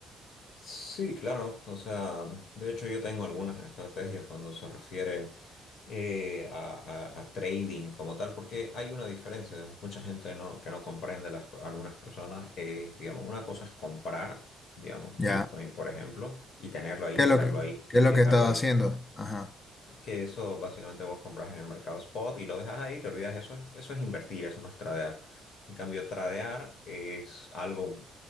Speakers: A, on the left; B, on the left.
A: Sí, claro. O sea, de hecho yo tengo algunas estrategias cuando se refiere eh, a, a- a trading como tal, porque hay una diferencia, digamos, mucha gente no, que no comprende, las, algunas personas, es, digamos, una cosa es comprar, digamos,
B: Ya.
A: Bitcoin, por ejemplo, y tenerlo ahí,
B: ¿Qué
A: dejarlo
B: es lo que,
A: ahí
B: qué
A: y
B: es lo
A: dejarlo
B: que he estado
A: ahí.
B: haciendo? Ajá.
A: que eso básicamente vos compras en el mercado spot y lo dejas ahí, te olvidas, eso es, eso es invertir, eso no es tradear. En cambio, tradear es algo